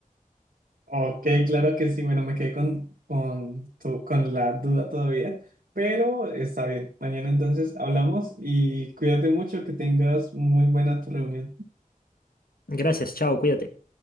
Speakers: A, on the right; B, on the left.
A: Ok, claro que sí. Bueno, me quedé con, con, tu- con la duda todavía, pero está bien. Mañana entonces hablamos y cuídate mucho, que tengas muy buena tu reunión.
B: Gracias, chao, cuídate.